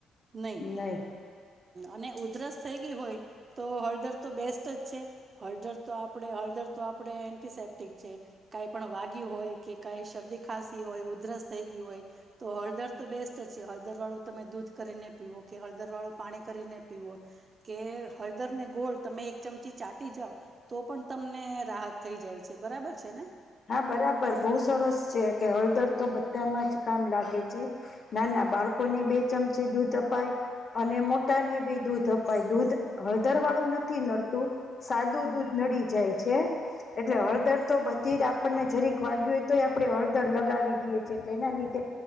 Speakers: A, on the right; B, on the left.
A: નહીં
B: નહી.
A: અને ઉધરસ થઈ ગઈ હોય તો, હળદર તો બેસ્ટ જ છે. હળદર તો આપડ હળદર. આપ એન્ટીસેપ્ટિક છે. કઈ પણ વાગી હોય. કે કા શરદી ખાંસી હોય, ઉધરસ થઈ ગય હોય, તો હળદર તો બેસ્ટ જ છે. હળદર વાળું તમે દૂધ. કરીને પીવો. કે હળદર વાળું પાણી કરીને પીવો. કે હળદરને ગોળ તમે એક ચમ. ચાટી જાવ તો પણ તમને રાહત થઈ જાય છે. બરાબર છે ને?
B: હા! બરાબર બહું સરસ છે. કે હળદર તો બધામાં જ કામ લાગે છે. ના ના બાળકોને બે ચમચી દૂધ અપાય અને મોટાને બી દૂધ અપાય. દૂધ હળદર વાળું નથી નડતું, સાદું દૂધ નડી જાય છે. એટલે હળદર તો બધ તીર આપણને જરીક વાગ્યું હોય તો, આપણે હળદર લગાવી દઈએ છએ, એટલે એના લીધે